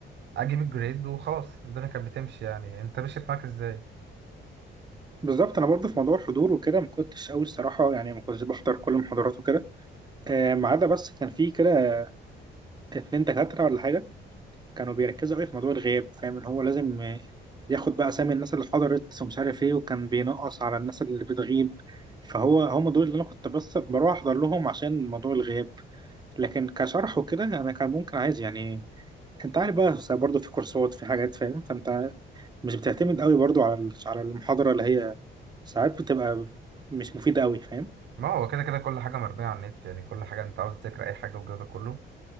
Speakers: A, on the right (about 60°); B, on the right (about 20°).
A: واجيب الجريد وخلاص الدنيا كانت بتمشي يعني انت مشيت معاك ازاي
B: بالظبط انا برضه في موضوع الحضور وكده ما كنتش قوي الصراحه يعني ما كنتش بحضر كل المحاضرات وكده آه، ما عدا بس كان في كده اتنين دكاتره ولا حاجه كانوا بيركزوا قوي في موضوع الغياب فاهم ان هو لازم آه، ياخد بقى اسامي الناس اللي حضرت ومش عارف ايه وكان بينقص على الناس اللي بتغيب فهو هم دول اللي انا كنت بس بروح احضر لهم عشان موضوع الغياب لكن كشرح وكده انا كان ممكن عايز يعني انت عارف بقى برضه في كورسات في حاجات فاهم فانت مش بتعتمد قوي برضه على على المحاضره اللي هي ساعات بتبقى مش مفيده قوي فاهم
A: ما هو كده كده كل حاجة مربية على النت يعني كل حاجة أنت عاوز تذاكر أي حاجة والجو ده كله